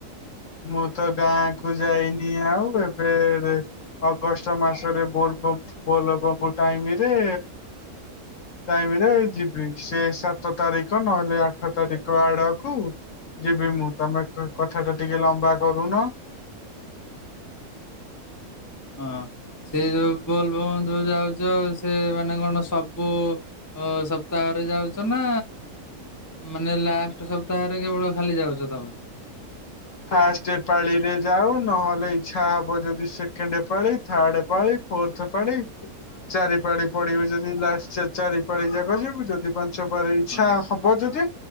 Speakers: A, on the left; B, on the left.
A: ମୁଁ ତ ଗାଁ କୁ ଯାଇନି ଆଉ ଏବେ ଏବେ ଅଗଷ୍ଟ ମାସରେ ବୋଲବମ୍ବ୍ ବୋଲବମ୍ବ୍ ଟାଇମିରେ ଟାଇମିରେ ଯିବି। ସେ ସାତ ତାରିଖ ନହେଲେ ଆଠ ତାରିଖ ଆଡକୁ ଯିବି ମୁଁ। ତମେ କଥା ଟା ଟିକେ ଲମ୍ବା କରୁନ।
B: ହଁ, ସେ ଯୋଉ ବୋଲ୍ ବମ୍ ଯୋଉ ଯାଉଛ ସେ ମାନେ କଣ ସବୁ ଓ ସପ୍ତାହରେ ଯାଉଛ ନା ମାନେ ଲାଷ୍ଟ୍ ସପ୍ତାହରେ କେବଳ ଖାଲି ଯାଉଛ ତମେ?
A: ଫାଷ୍ଟ ପାଳିରେ ଯାଉ, ନହେଲେ ଇଚ୍ଛା ହବ ଯଦି ସେକେଣ୍ଡେପାଳି ଥାର୍ଡ ପାଳି। ଫୋର୍ଥ ପାଳି, ଚାରି ପାଳି ପଡିବ, ଯଦି ଲାଷ୍ଟ ଚାରି ପାଳି ଯାକ ଯିବୁ ଯଦି ପାଞ୍ଚ ପାଳି ଇଛା
B: ହଁ
A: ହବ ଯଦି